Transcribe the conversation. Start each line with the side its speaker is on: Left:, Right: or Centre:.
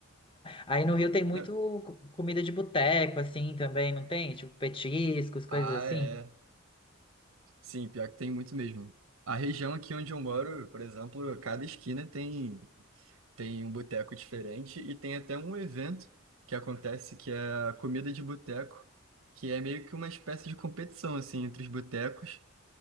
Left: Aí no Rio tem muito
Right: Não.
Left: co- comida de boteco, assim, também, não tem? Tipo, petiscos, coisas
Right: Ah,
Left: assim.
Right: é. Sim, pior que tem muito mesmo. A região aqui onde eu moro, por exemplo, cada esquina tem, tem um boteco diferente e tem até um evento que acontece que é a comida de boteco, que é meio que uma espécie de competição assim entre os botecos,